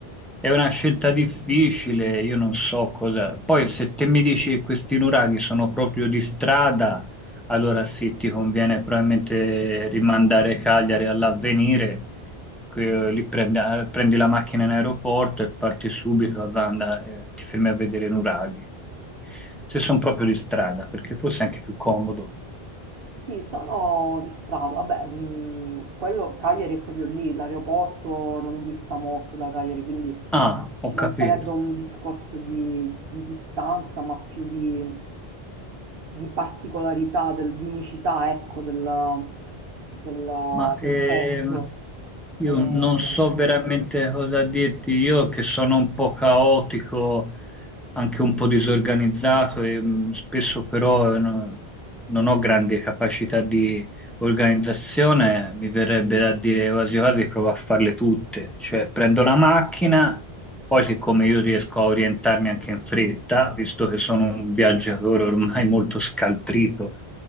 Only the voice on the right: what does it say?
Sì, sono di strada, vabbè, mh, quello Cagliari è proprio lì, l'aeroporto non dista molto da Cagliari, quindi...
non
sarebbe un discorso di, di distanza, ma più di, di particolarità, del- di unicità, ecco, della- della-
del
posto.
Eh,